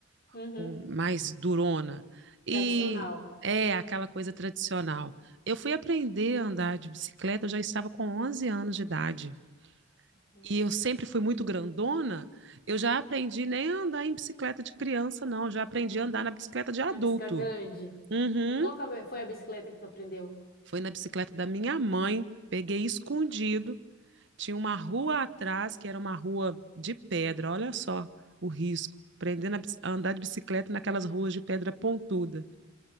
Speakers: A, on the left; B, on the right.
A: Uhum.
B: Com mais durona. E
A: Tradicional.
B: é aquela coisa tradicional. Eu fui aprender a andar de bicicleta, eu já estava com 11 anos de idade.
A: Não,
B: E eu sempre fui muito grandona, eu já aprendi nem a andar em bicicleta de criança, não. Eu já aprendi
A: não.
B: a andar na bicicleta de adulto.
A: Na bicicleta grande.
B: Uhum.
A: E qual que foi a bicicleta que tu aprendeu?
B: Foi na bicicleta da minha mãe, peguei escondido. Tinha uma rua atrás, que era uma rua de pedra, olha só o risco. Aprendendo a andar de bicicleta naquelas ruas de pedra pontuda.